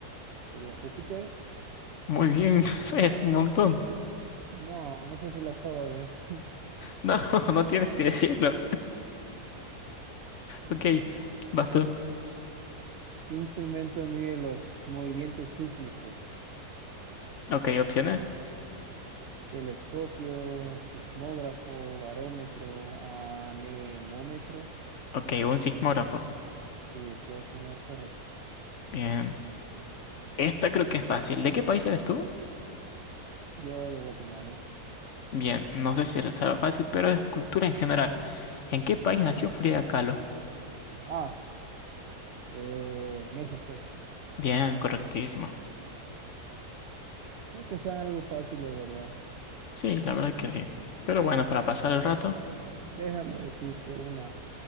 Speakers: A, on the right; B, on the left.
A: ¿Sería Júpiter?
B: Muy bien, <laughs> sabes un montón.
A: No, esa sí la acabo de ver. <laughs>
B: No, <laughs> no tienes que decirlo.
A: Ok.
B: Ok, vas tú.
A: ¿Qué instrumento mide los movimientos sísmicos?
B: Ok, opciones.
A: Telescopio, sismógrafo, barómetro, anemómetro.
B: Ok, un sismógrafo.
A: Sí, estás en lo correcto.
B: Bien. Esta creo que es fácil. ¿De qué país eres tú?
A: Yo de Guatemala.
B: Bien, no sé si será fácil, pero es cultura en general. ¿En qué país nació Frida Kahlo?
A: Ah, eh, México.
B: Bien, correctísimo.
A: Creo que es algo fácil, de verdad.
B: Sí, la verdad es que sí. Pero bueno, para pasar el rato,
A: Déjame decirte una.